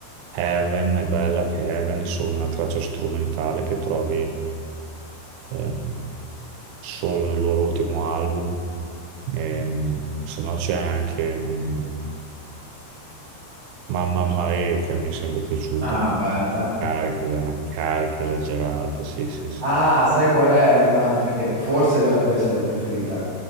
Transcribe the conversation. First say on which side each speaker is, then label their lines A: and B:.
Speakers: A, on the right; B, on the right.
A: Heaven, è bella che Heaven è solo una traccia strumentale che trovi ehm, solo nel loro ultimo album. Ehm, se no c'è anche mm, Mamma Mae che mi sembra piaciuta,
B: Ah, bella.
A: carica, una carica esagerata, sì sì sì.
B: Ah, sai qual è un'altra che forse non è questa la mia preferita?